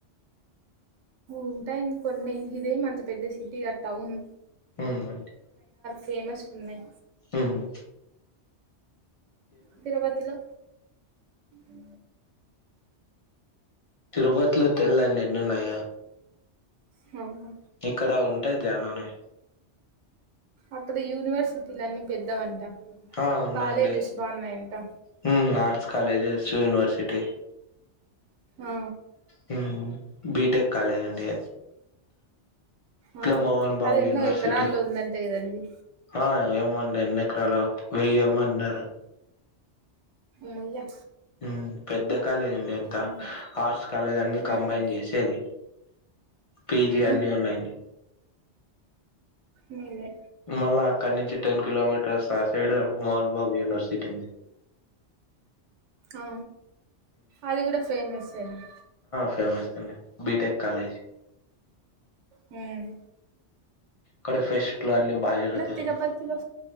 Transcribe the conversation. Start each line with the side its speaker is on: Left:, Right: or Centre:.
Right: ఉంటాయండి కొన్ని ఇదేమంత పెద్ద సిటీగాదు టౌను
Left: హ్మ్ అండి
Right: ఫేమస్ ఉన్నాయి
Left: ఊహూ
Right: తిరుపతిలో అ
Left: తిరుపతిలో తెల్దండి ఎన్నిఉన్నాయో
Right: హ్మ్
Left: ఇక్కడ ఉంటాయి ధ్యాననే
Right: అక్కడ యూనివర్సిటీలన్నీ పెద్దవంట
Left: ఆ ఉన్నాయండి
Right: కాలేజెస్ బాగున్నాయంట
Left: హ్మ్ ఆర్ట్స్ కాలేజెస్ యూనివర్సిటీ
Right: ఆ
Left: హ్మ్మ్ బీటెక్ కాలేజ్ అండి ఇట్లా
Right: ఆ
Left: మోహన్ బాబు
Right: అది ఎన్నో
Left: యూనివర్సిటీ
Right: ఎకరాల్లో ఉందంటే కదండి
Left: ఆ ఏమండి ఎన్నిెకరాలు వెయ్యేమ అన్నారు
Right: మ్యా
Left: ఉమ్ పెద్ద పాలేదండి ఎంత
Right: ఉమ్
Left: ఆర్ట్స్ కాలేజ్ అన్ని కంబైన్
Right: ఉమ్
Left: చేసేది పీజీ
Right: ఉమ్
Left: అన్ని ఉన్నాయండి
Right: మీరే
Left: మళ్ళా అక్కడి నుంచి టెన్ కిలోమీటర్స్ ఆ సైడ్ మోహన్ బాబు యూనివర్సిటీంది
Right: ఆ అది కూడా ఫేమసే అండి
Left: ఫేమస్ అండి బిటెక్ కాలేజ్
Right: హ్మ్మ్
Left: కడ ఫ్రెష్ ఇట్లు అన్నిీ బాగా జరుగుతాయిడి
Right: తిరుపతిలో